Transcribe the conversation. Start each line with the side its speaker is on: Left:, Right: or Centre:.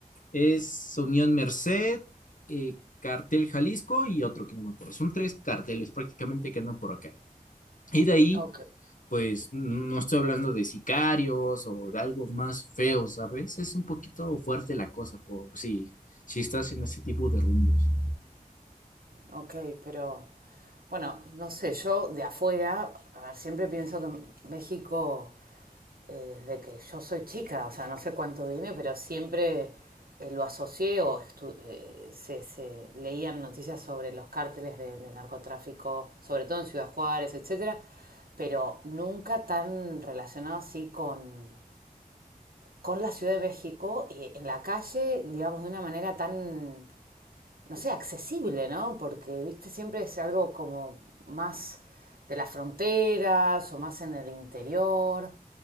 Left: Es Unión Merced, eh, Cartel Jalisco y otro que no me acuerdo. Son tres carteles prácticamente que andan por acá. Y de ahí,
Right: Ok.
Left: pues no estoy hablando de sicarios o de algo más feo, ¿sabes? Es un poquito fuerte la cosa, por si, si estás en ese tipo de rumbos.
Right: Ok, pero bueno, no sé, yo de afuera, a ver, siempre pienso que México, eh, desde que yo soy chica, o sea, no sé cuánto viene, pero siempre eh, lo asocié o estu- eh, se, se leían noticias sobre los cárteles de, de narcotráfico, sobre todo en Ciudad Juárez, etcétera, pero nunca tan relacionado así con, con la Ciudad de México, eh, en la calle, digamos, de una manera tan no sé, accesible, ¿no? Porque, viste, siempre es algo como más de las fronteras o más en el interior.